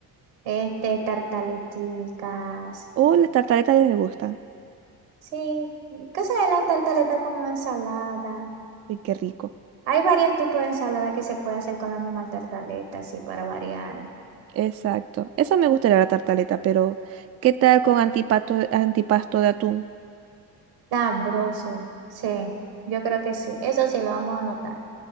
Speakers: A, on the right; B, on the right.
A: este, tartaleticas.
B: Uh, las tartaletas ya me gustan.
A: Sí, casa de la tartaleta con una ensalada.
B: Uy, qué rico.
A: Hay varios tipos de ensalada que se puede hacer con la misma tartaleta, así para variar.
B: Exacto. Eso me gustaría la tartaleta, pero ¿qué tal con antipasto, antipasto de atún?
A: Sabroso, sí, yo creo que sí. Eso sí lo vamos a anotar.